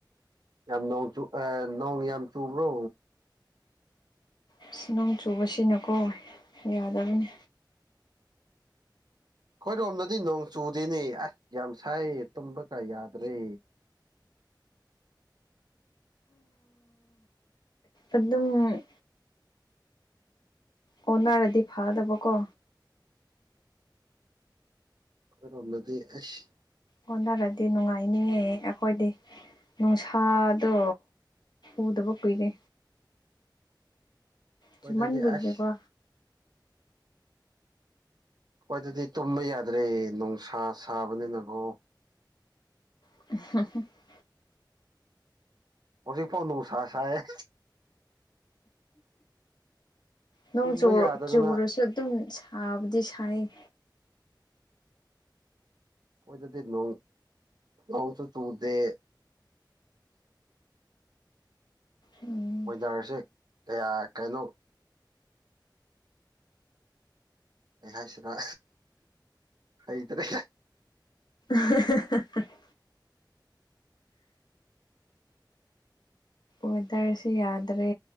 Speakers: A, on the right; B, on the left.
A: ꯌꯥꯝ ꯅꯣꯡ ꯆꯨ ꯑꯥ ꯅꯣꯡ ꯌꯥꯝ ꯆꯨꯕ꯭ꯔꯣ
B: ꯑꯁ ꯅꯣꯡ ꯆꯨꯕꯁꯤꯅꯀꯣ ꯌꯥꯗꯕꯅꯤ
A: ꯑꯩꯈ‌ꯣꯏꯔꯣꯝꯗꯗꯤ ꯅꯣꯡ ꯆꯨꯗꯦꯅꯦ ꯑꯁ ꯌꯥꯝ ꯁꯥꯏ ꯇꯨꯝꯕꯀ ꯌꯥꯗ꯭ꯔꯦ
B: ꯑꯗꯨꯝ ꯑꯣꯟꯅꯔꯗꯤ ꯐꯗꯕꯀꯣ
A: ꯈ‌ꯣꯏꯔ‌ꯣꯝꯗꯗꯤ ꯑꯦꯁ
B: ꯑꯣꯟꯅꯔꯗꯤ ꯅꯨꯡꯉꯥꯏꯅꯤꯌ‌ꯦ ꯑꯩꯈꯣꯏꯗꯤ ꯅꯨꯡꯁꯥꯗꯣ ꯎꯗꯕ ꯀꯨꯏꯔꯦ ꯆꯨꯝꯃꯟꯕꯒꯤꯀꯣ
A: ꯋ‌ꯦꯗꯔꯗꯤ ꯑꯁ ꯋ‌ꯦꯗꯔꯗꯤ ꯇꯨꯝꯕ ꯌꯥꯗ꯭ꯔꯦ ꯅꯨꯡꯁꯥ ꯁꯥꯕꯅꯤꯅꯀꯣ
B: <unintelligible>
A: ꯍꯧꯖꯤꯛꯐꯥꯎ ꯅꯨꯡꯁꯥ ꯁꯥꯏꯌꯦ
B: ꯅꯣꯡ
A: ꯇꯨꯝꯕ
B: ꯆꯨ
A: ꯌꯥꯗꯗꯅ
B: ꯆꯨꯔꯁꯨ ꯑꯗꯨꯝ ꯁꯥꯕꯗꯤ ꯁꯥꯏꯌꯦ
A: ꯑꯩꯈꯣꯏꯗꯗꯤ ꯅꯣꯡ ꯅꯣꯡꯁꯨ ꯆꯨꯗꯦ
B: ꯎꯝ
A: ꯋ‌ꯦꯗꯔꯁꯦ ꯀꯌꯥ ꯀꯩꯅꯣ ꯑꯩ ꯍꯥꯏꯁꯤꯔꯥ ꯍꯩꯇ꯭ꯔꯦ
B: <unintelligible> ꯋꯦꯗꯔꯁꯤ ꯌꯥꯗ꯭ꯔꯦ